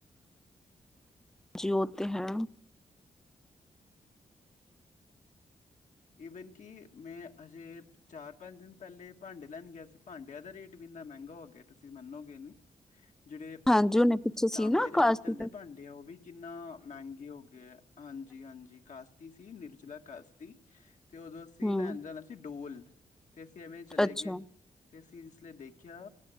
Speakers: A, in the centre; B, on the left.
A: ਜੀ ਓ ਤੇ ਹੈ
B: ਇਵਨ ਕਿ ਮੈਂ ਅਜੇ ਚਾਰ ਪੰਜ ਦਿਨ ਪਹਿਲੇ ਭਾਂਡੇ ਲੈਣ ਗਿਆ ਸੀ ਭਾਂਡਿਆਂ ਦਾ ਰੇਟ ਵੀ ਇੰਨਾ ਮਹਿੰਗਾ ਹੋ ਗਿਆ ਤੁਸੀਂ ਮੰਨੋਗੇ ਨੀ ਜੇੜੇ
A: ਹਾਂਜੀ ਉਹਨੇ ਪਿੱਛੇ
B: ਤਾਂਬੇ
A: ਸੀ ਨਾ
B: ਦੇ
A: ਕਾਸਟ
B: ਪਿੱਤਲ ਦੇ ਭਾਂਡੇ ਉਹ ਵੀ ਕਿੰਨਾ ਮਹਿੰਗੇ ਹੋ ਗਏ ਹੈ ਹਾਂਜੀ- ਹਾਂਜੀ ਕਾਸ਼ਤੀ ਸੀ ਨਿਰਜਲਾ ਕਾਸ਼ਤੀ ਤੇ ਉਦੋਂ ਅਸੀਂ
A: ਹਮ
B: ਲੈਣ ਜਾਣਾ ਸੀ ਡੋਲ ਤੇ ਅਸੀਂ ਐਵੇਂ ਚਲੇ
A: ਅੱਛਾ
B: ਗਏ ਤੇ ਅਸੀਂ ਇਸਲੇ ਦੇਖਿਆ